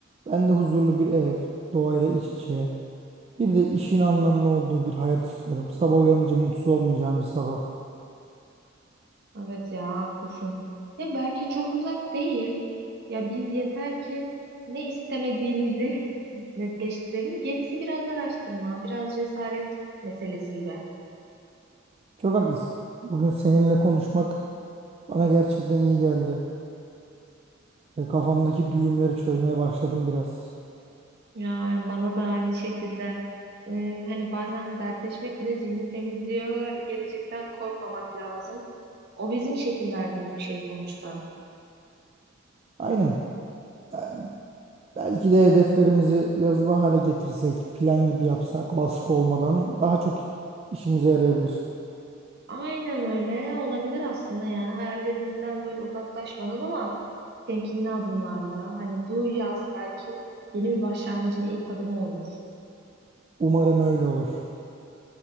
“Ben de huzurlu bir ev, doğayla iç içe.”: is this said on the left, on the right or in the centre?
Right